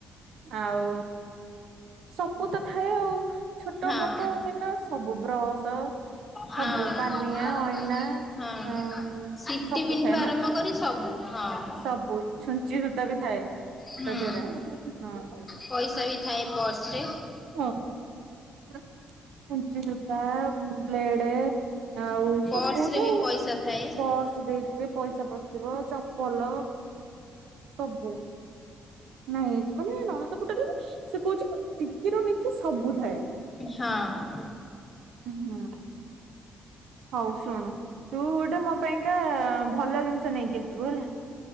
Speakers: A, on the right; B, on the left.
A: ଆଉ ସବୁ ତ ଥାଏ। ଆଉ ଛୋଟ
B: ହଁ
A: ମୋଅ ଟ କିନା ସବୁ ବ୍ରଶ। ସବୁ
B: ହଁ।
A: ପାନିଆ ଅଇନା ଉଁ
B: ସିଟି
A: ସବୁ
B: ପିନ୍ଠୁ
A: ଥାଏ ନା।
B: ଆରମ୍ଭ କରି ସବୁ ହଁ।
A: ସବୁ ଛୁଞ୍ଚି ସୁତା ବି ଥାଏ।
B: ହୁଁ
A: ତଧେରେ ହଁ। ଆଁ ହଁ।
B: ପଇସା ବି ଥାଏ ପର୍ସରେ
A: ଆଁ ଛୁଞ୍ଚି ସୁତା ବ୍ଲେଡେ ଆଉ ସବୁ
B: ପର୍ସରେ
A: ତ
B: ବି ପଇସା ଥାଏ
A: ପର୍ସ ଦେଇଥିବେ ପଇସା ପସିଥିବ ଚପ ପଲ ସବୁ ନାଇଁ ମାନେ ନଣନ୍ଦ ପୁଟୁଳିରେ ସେ କହୁଚି କି ଟିକିରୁ ନିଖୀ ସବୁ ଥାଏ।
B: ହଁ।
A: ହୁଁ। ହୋଉ ଶୁଣ ତୁ ଗୋଟେ ମୋ ପାଇଁକା ଭଲ ଜିନିଷ ନେଇକି ଆସିବୁ ହେଲା।